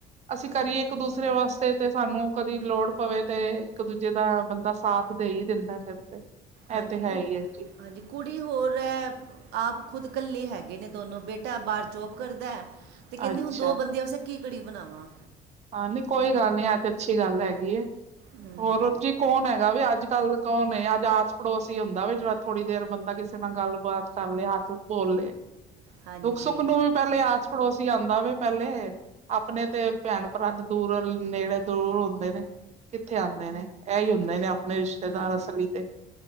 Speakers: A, on the right; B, on the right.
A: ਅਸੀਂ ਕਰੀਏ ਇੱਕ ਦੂਸਰੇ ਵਾਸਤੇ ਤੇ ਸਾਨੂੰ ਕਦੀ ਲੋੜ ਪਵੇ ਤੇ ਇੱਕ ਦੂਜੇ ਦਾ ਬੰਦਾ ਸਾਥ ਦੇਈ ਦਿੰਦਾ ਫਿਰ ਤੇ।
B: ਹਾਂਜੀ
A: ਇਹ ਤੇ ਹੈ
B: ਕੁ,
A: ਹੀ ਹੈ ਜੀ
B: ਹਾਂਜੀ ਕੁੜੀ ਹੋਰ ਐ ਆਪ ਖੁਦ ਕੱਲੇ ਈ ਹੈਗੇ ਨੇ ਦੋਨੋਂ ਬੇਟਾ ਬਾਰ ਜੋਬ ਕਰਦਾ। ਤੇ ਕੈਂਦੀ
A: ਅੱਛਾ
B: ਹੁਨ ਦੋ ਬੰਦੇੇਆਂ ਵਾਸਤੇ ਕੀ ਕੜੀ ਬਨਾਵਾਂ।
A: ਹਾਂ ਨਈਂ ਕੋਈ ਗੱਲ ਨੀ ਐ ਤੇ ਅੱਛੀ ਗੱਲ ਹੈਗੀ ਐ।
B: ਹੂੰ
A: ਹੋਰ-ਹੋਰ ਜੀ ਕੌਨ ਹੈਗਾ ਵੇ ਅੱਜ-ਕੱਲ ਕੌਨ ਅੱਜ ਆਸ ਪੜੋਸ ਈ ਹੁੰਦਾ ਵੇ ਜੇੜਾ ਥੋੜੀ ਦੇਰ ਬੰਦਾ ਕਿਸੇ ਨਾਲ ਗੱਲਬਾਤ ਕਰ ਲੇ ਹੱਸ ਬੋਲ ਲੇ।
B: ਹਾਂਜੀ
A: ਦੁੱਖ ਸੁੱਖ ਨੂੰ ਵੀ ਪੈਲੇ ਆਸ ਪੜੋਸ ਈ ਆਂਦਾ ਵੇ ਪੈਲੇ, ਆਪਨੇ ਤੇ ਭੈਣ- ਭਰਾ ਦੇ ਦੂਰ ਨੇੜੇ ਦੂਰ ਹੁੰਦੇ ਨੇ ਕਿੱਥੇ ਆਉਂਦੇ ਨੇ। ਇ ਹੀ ਹੁੰਦੇ ਨੇ ਆਪਣੇ ਰਿਸ਼ਤੇਦਾਰ
B: ਹਾਂਜੀ
A: ਅਸਲੀ ਤੇ,